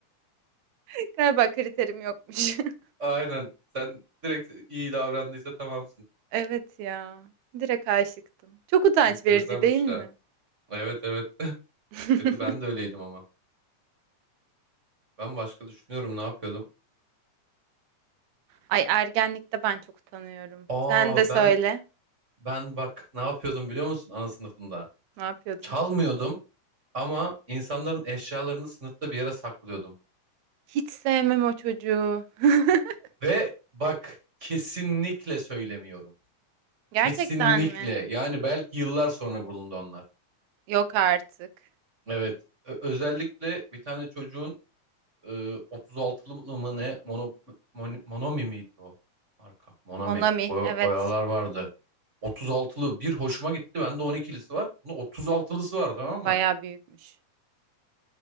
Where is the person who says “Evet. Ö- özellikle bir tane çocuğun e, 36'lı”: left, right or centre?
Right